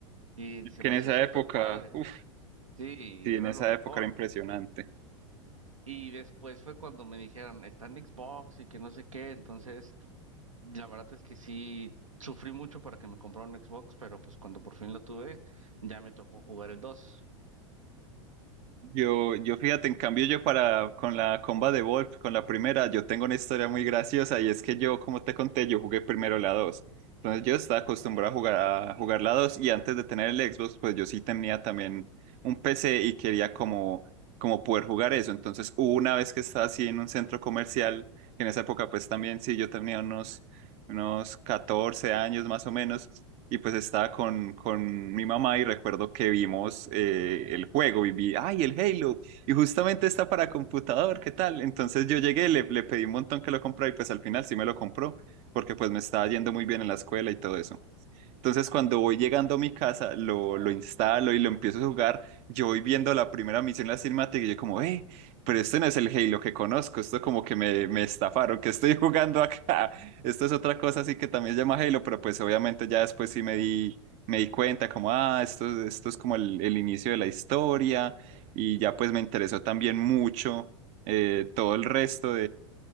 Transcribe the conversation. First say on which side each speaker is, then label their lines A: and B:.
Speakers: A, on the right; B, on the right.
A: Y se
B: Que
A: me
B: en esa
A: hacía súper
B: época,
A: padre.
B: uff,
A: Sí,
B: sí,
A: era
B: en esa
A: lo mejor.
B: época era impresionante.
A: Y después fue cuando me dijeron, está en Xbox y que no sé qué. Entonces, la verdad es que sí, sufrí mucho para que me comprara un Xbox, pero pues cuando por fin lo tuve, ya me tocó jugar el dos
B: Yo, yo fíjate, en cambio yo para con la comba de Wolf, con la primera, yo tengo una historia muy graciosa y es que yo, como te conté, yo jugué primero la 2. Entonces yo estaba acostumbrado a jugar, a jugar la 2 y antes de tener el Xbox, pues yo sí tenía también un PC y quería como, como poder jugar eso. Entonces hubo una vez que estaba así en un centro comercial, que en esa época pues también sí, yo tenía unos, unos 14 años más o menos y pues estaba con, con mi mamá y recuerdo que vimos eh, el juego y vi, ay, el Halo, y justamente está para computador, ¿qué tal? Entonces yo llegué, le, le pedí un montón que lo comprara y pues al final sí me lo compró, porque pues me estaba yendo muy bien en la escuela y todo eso. Entonces, cuando voy llegando a mi casa, lo, lo instalo y lo empiezo a jugar. Yo voy viendo la primera misión, la cinemática, y yo como, eh, pero este no es el Halo que conozco, esto como que me, me estafaron, que estoy <laughs> jugando acá. Esto es otra cosa así que también se llama Halo, pero pues obviamente ya después sí me di, me di cuenta como, ah, esto, esto es como el, el inicio de la historia, y ya pues me interesó también mucho eh, todo el resto